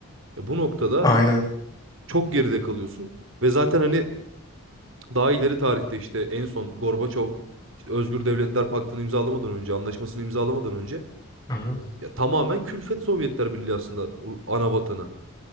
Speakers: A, on the right (about 60°); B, on the left (about 15°).
A: Ya bu noktada
B: Aynen.
A: çok geride kalıyorsun ve zaten hani daha ileri tarihte işte en son Gorbaçov işte Özgür Devletler Paktı'nı imzalamadan önce, anlaşmasını imzalamadan önce
B: Hı hı.
A: ya tamamen külfet Sovyetler Birliği aslında Ru- ana vatanı.